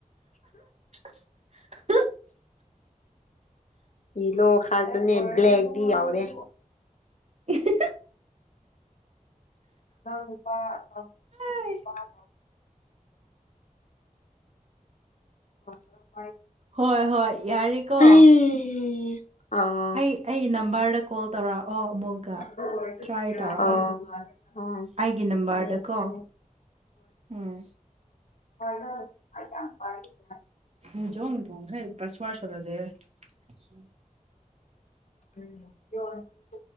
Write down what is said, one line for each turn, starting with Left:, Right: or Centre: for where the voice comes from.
Right: ꯑ <unintelligible>
Left: ꯌꯦꯂꯣ ꯍꯥꯏꯕꯅꯦ ꯕ꯭ꯂꯦꯛꯗꯤ ꯌꯥꯎꯔꯦ
Right: <unintelligible>
Left: ꯅ ꯄꯪ <unintelligible>
Right: ꯑꯥꯏ
Left: ꯍ <unintelligible>
Right: ꯍꯣꯏ ꯍꯣꯏ ꯌꯥꯔꯦꯀꯣ
Left: ꯍꯩ ꯑꯥ
Right: ꯑꯩ ꯑꯩꯒꯤ ꯅꯝꯕꯔꯗ ꯀꯣꯜ ꯇꯧꯔꯛ ꯑꯣ ꯑꯃꯨꯛꯀ
Left: ꯑꯣ
Right: ꯇ꯭ꯔꯥꯏ ꯇꯧꯔꯛꯑꯣ
Left: ꯑꯣ
Right: ꯑꯩꯒꯤ ꯅꯝꯕꯔꯗꯀꯣ
Left: ꯐꯔꯦ ꯐꯔꯦ
Right: ꯎꯝ
Left: ꯄꯔ ꯄꯔ <unintelligible>
Right: ꯝ ꯆꯣꯡꯉꯉ ꯄꯁꯃꯁꯨꯂꯗꯦ <unintelligible>
Left: ꯎꯝ <unintelligible>